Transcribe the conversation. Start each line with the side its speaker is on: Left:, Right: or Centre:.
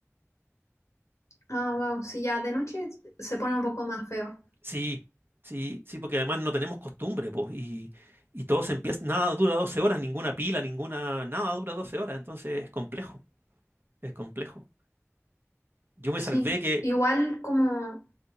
Left: Ah, wow. Sí, ya de noche se pone un poco más feo.
Right: Sí, sí, sí, porque además no tenemos costumbre, pues, y, y todo se empieza, nada dura 12 horas, ninguna pila, ninguna, nada dura 12 horas, entonces es complejo, es complejo. Yo me
Left: Sí,
Right: salvé que,
Left: igual como...